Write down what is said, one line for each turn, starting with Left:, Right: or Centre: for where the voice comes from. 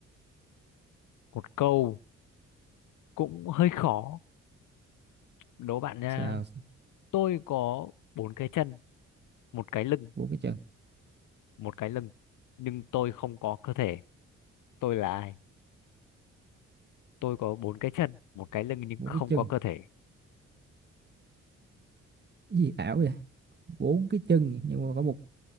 Left: một câu cũng hơi khó đố bạn nha
Right: Sao
Left: tôi có bốn cái chân một cái lưng
Right: bốn cái chân,
Left: một cái lưng nhưng tôi không có cơ thể tôi là ai tôi có bốn cái chân một cái lưng nhưng
Right: bốn
Left: không
Right: cái chân.
Left: có cơ thể
Right: Cái gì ảo vậy? Bốn cái chân nhưng mà có một